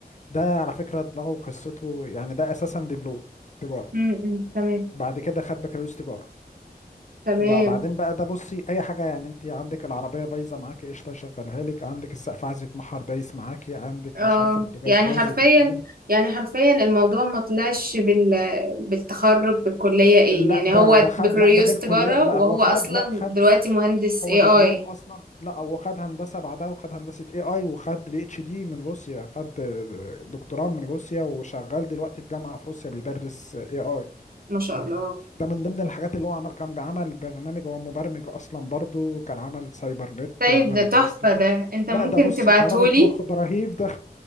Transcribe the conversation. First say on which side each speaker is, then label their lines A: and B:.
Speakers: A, on the left; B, on the right.
A: ده على فكرة دماغه وقصته يعني ده أساسا دبلوم تجارة
B: امم تمام
A: بعد كده خد بكالوريوس تجارة
B: تمام
A: بقى- بعدين بقى ده بصي أي حاجة يعني أنت عندك العربية بايظة معاكي قشطة يشغلها لك عندك السقف عايز يتمحر دايس معاكي عندك
B: اه
A: مش عارفة البوتاجاز
B: يعني
A: بايظ
B: حرفيا
A: يفكهولك
B: يعني حرفيا الموضوع ما طلعش بال... بالتخرج بالكلية ايه
A: لا
B: يعني
A: ده
B: هو
A: ده خد
B: بكالوريوس
A: لا ده غير
B: تجارة
A: كلية لا
B: وهو
A: هو خد
B: اصلا
A: لا خد
B: دلوقتي مهندس
A: هو
B: اي
A: دبلوم
B: اي
A: اصلا لا هو خد هندسه بعدها وخد هندسه اي اي وخد بي اتش دي من روسيا خد آه، دكتوراه من روسيا وشغال دلوقتي في جامعه في روسيا بيدرس اي اي
B: ما شاء الله
A: ده من ضمن الحاجات اللي هو عمل كان بيعمل برنامج هو مبرمج اصلا برضو كان عمل سايبر نت
B: طيب
A: عمل
B: ده تحفة
A: بلاي ستيشن
B: ده انت
A: لا
B: ممكن
A: ده بصي
B: تبعتهولي
A: كهربة مخ ده رهيب ده